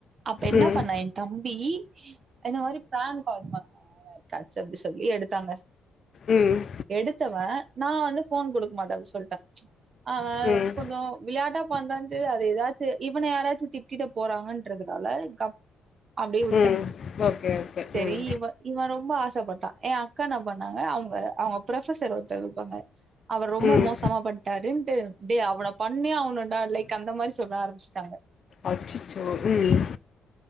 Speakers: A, on the right; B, on the left.
A: அப்ப என்ன
B: ம்
A: பண்ண என் தம்பி இந்த மாரி பிரான்க் கால் பண்ணா கச்ச <unintelligible> அப்டி எடுத்தாங்க
B: ம்
A: எடுத்தவே நா வந்து ஃபோன் குடுக்க மாட்டே அப்டி சொல்ட்டே ஆ
B: ம்
A: கொஞ்சோ வெளையாட்டா பண்றான்ட்டு அது ஏதாச்சு இவன யாராச்சு திட்டிட போறாங்கன்றதுனால கப் அப்டியே விட்டே
B: ம் ஓகே ஓகே
A: செரி
B: ம்
A: இவ இவ ரொம்ப ஆசப்பட்டா எ அக்கா என்னா பண்ணாங்க அவுங்க அவுங்க ப்ரஃபசர் ஒருத்தர் இருப்பாங்க அவர் ரொம்ப
B: ம்
A: மோசமா பண்ட்டாருன்ட்டு டே அவன பண்ணியே அகனுன்டா லைக் அந்த மாரி சொல்ல ஆரம்பிச்சுடாங்க
B: அச்சச்சோ ம்